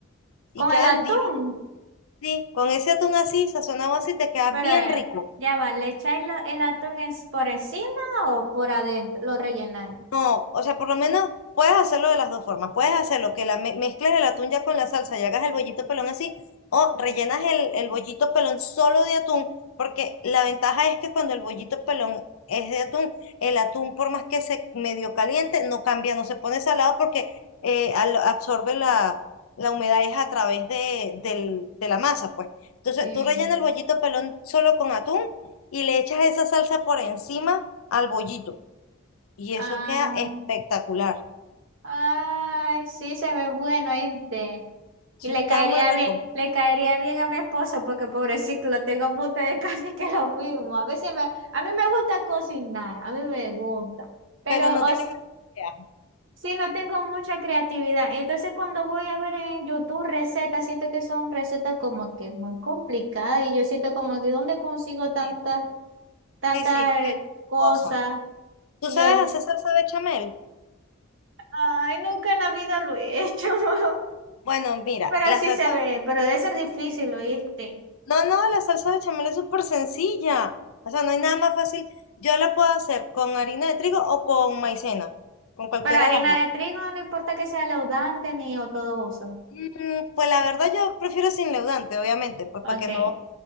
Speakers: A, on the right; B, on the left.
A: Con
B: y quedan
A: el atún,
B: divinos. Sí, con ese atún así, sazonado así, te queda
A: pero
B: bien
A: eh,
B: rico.
A: ya va, ¿le echáis la- el atún es por encima o por adentro? Lo rellenáis.
B: No, o sea, por lo menos puedes hacerlo de las dos formas. Puedes hacerlo que la me- mezcles el atún ya con la salsa y hagas el bollito pelón así, o rellenas el, el bollito pelón solo de atún, porque la ventaja es que cuando el bollito pelón es de atún, el atún, por más que se medio caliente, no cambia, no se pone salado porque eh, al- absorbe la, la humedad es a través de, del- de la masa, pues. Entonces,
A: Eh,
B: tú rellenas el bollito pelón solo con atún y le echas esa salsa por encima al bollito. Y
A: ah,
B: eso queda espectacular.
A: Ay, sí, se ve bueno este.
B: Sí,
A: Y le caería
B: queda muy rico.
A: bien, le caería bien a mi esposo porque pobrecito, lo tengo a punto de <laughs> casi que lo mismo. A veces me, a mí me gusta cocinar, a mí me gusta, pero
B: Pero no
A: o
B: tiene
A: s-
B: cantidad.
A: sí, no tengo mucha creatividad. Entonces cuando voy a ver en YouTube recetas, siento que son recetas como que muy complicadas y yo siento como que ¿dónde consigo tantas
B: Sí,
A: tantas
B: sí, sí, queda muchas
A: cosas?
B: cosas. ¿Tú
A: Y
B: sabes
A: yo es,
B: hacer salsa bechamel?
A: ay, nunca en la vida lo he hecho. <laughs>
B: Bueno, mira,
A: Pero
B: la
A: sí
B: salsa.
A: se ve, pero debe ser difícil, ¿oíste?
B: No, no, la salsa bechamel es súper sencilla. O sea, no hay nada más fácil. Yo la puedo hacer con harina de trigo o con maicena. Con cualquiera
A: Pero harina
B: de las dos.
A: de trigo no importa que sea laudante ni o todo uso.
B: Mm, pues la verdad, yo prefiero sin leudante, obviamente, pues
A: Ok,
B: para que no O